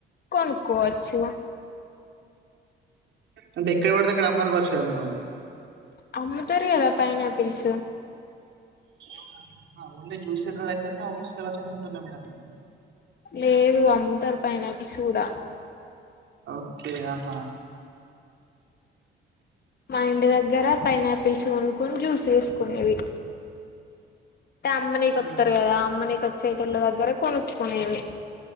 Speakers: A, on the left; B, on the right.
A: కొనుక్కోవచ్చు
B: అంటే ఎక్కడ పడితే అక్కడ అమ్మరు గావచ్చు గదా. మేడం అవి
A: అమ్ముతారు గదా పైనాపిల్స్
B: అవునా ఆ ఓన్లీ జ్యూస్ సెంటర్ దగ్గరనే అవ్పిస్తయ్ గావచ్చనుకుంటున్నా. మేడం నేను
A: లేదు అమ్ముతర్ పైనాపిల్స్ గూడా
B: ఓకే ఆహా
A: మా ఇంటి దగ్గర పైనాపిల్స్ కొనుక్కొని, జ్యూస్ చేసుకోనేది. అంటే అమ్మనీకి
B: సో
A: ఒత్తరు
B: మీకు
A: గదా అమ్మనీకో చ్చేటోల్ల దగ్గర కొనుక్కునేది.